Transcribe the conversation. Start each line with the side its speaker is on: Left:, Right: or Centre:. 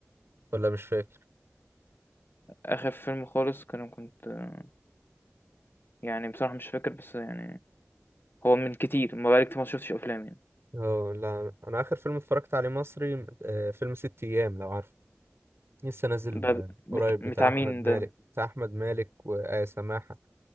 Right: ولا مش فاكر
Left: آخر فيلم خالص كان كنت آه، يعني بصراحة مش فاكر بس يعني هو من كتير ما بقالي كتير ما شفتش أفلام يعني
Right: اه لا انا اخر فيلم اتفرجت عليه مصري آه، فيلم ست ايام لو عارف لسه نازل
Left: ده
Right: آه، قريب
Left: بت...
Right: بتاع
Left: بتاع
Right: احمد
Left: مين
Right: مالك
Left: ده
Right: بتاع احمد مالك وآية سماحة